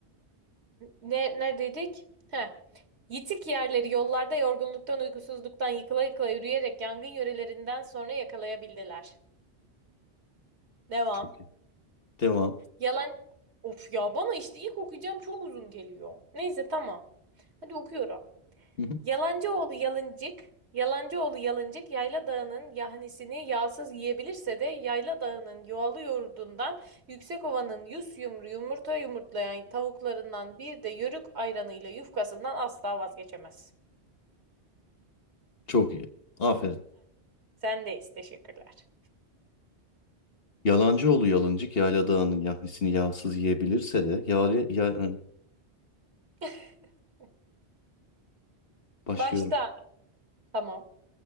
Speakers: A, on the right; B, on the left.
A: Ne, neredeydik? Heh. Yitik yerleri yollarda yorgunluktan, uykusuzluktan yıkıla yıkıla yürüyerek yangın yörelerinden sonra yakalayabildiler. Devam.
B: Çok iyi. Devam.
A: Yalan... Of ya bana işte ilk okuyacağım çok uzun geliyor. Neyse tamam. Hadi okuyorum.
B: Hı hı.
A: Yalancıoğlu yalıncık, Yalancıoğlu yalıncık Yayla Dağı'nın yahnisini yağsız yiyebilirse de Yayla Dağı'nın yuvalı yoğurdundan Yüksekova'nın yüz yumru yumurta yumurtlayan tavuklarından bir de yörük ayranıyla yufkasından asla vazgeçemez.
B: Çok iyi. Aferin.
A: Sendeyiz. Teşekkürler.
B: Yalancıoğlu yalıncık yayla dağının yahnisini yağsız yiyebilirse de yale, ya, e,
A: <laughs>
B: başlıyorum.
A: Baştan. Tamam.